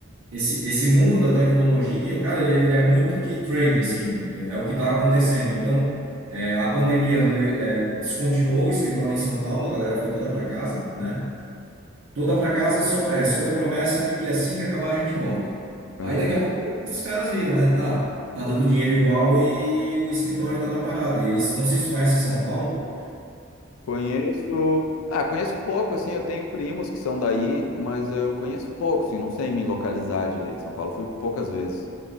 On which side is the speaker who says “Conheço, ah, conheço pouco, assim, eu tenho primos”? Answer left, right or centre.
Left